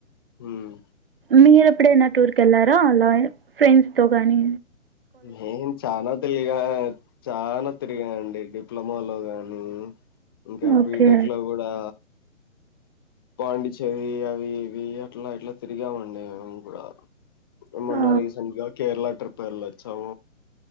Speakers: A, on the left; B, on the right.
A: మ్మ్
B: మీర ఎప్పుడైనా టూర్ క వెళ్ళారా. అలా ఫ్రెండ్స్ తో కాగానీ
A: నేం చానా తెలిగ చాలా తిరిగా అండి డిప్లొమాలో గాని ఇంకా
B: ఓకే.
A: బీటెక్ లో కూడా పాండిచ్చేరి అవి ఇవి అట్లా ఇట్లా తిరిగామండి మేము కూడా. మొన్న
B: ఆ!
A: రీసెట్గా క కేరళ ట్రిప్ పర్లచ్చావ